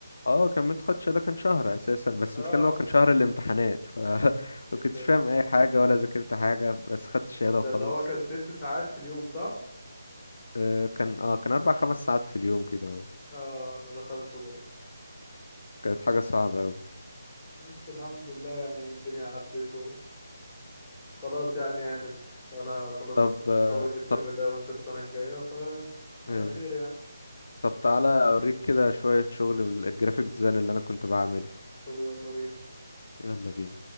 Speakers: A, on the left; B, in the centre.
A: آه، كملت خدش ده كان شهر اساسا بس
B: اه
A: المشكله إن هو كان شهر الامتحانات ف <laughs>
B: يا
A: ما
B: ساتر
A: كنتش فاهم اي حاجه ولا ذاكرت حاجه بس خدت الشهاده
B: ده
A: وخلاص
B: اللي هو كان ست ساعات في اليوم صح؟
A: آه كان اه كان اربع خمس ساعات في اليوم كده
B: اه انا دخلته برضه
A: كانت حاجه صعبه قوي
B: بس الحمد لله يعني الدنيا عدت و- وخلاص يعني هانت انا خلاص
A: طب
B: است-
A: آه،
B: خلاص الترم
A: طب
B: ده وانت السنة الجاية ف على
A: ايه
B: خير يعني
A: طب تعالى اوريك كده شوية شغل من الجرافيك ديزاين اللي انا كنت بعمله
B: طب يلا بينا
A: يلا بينا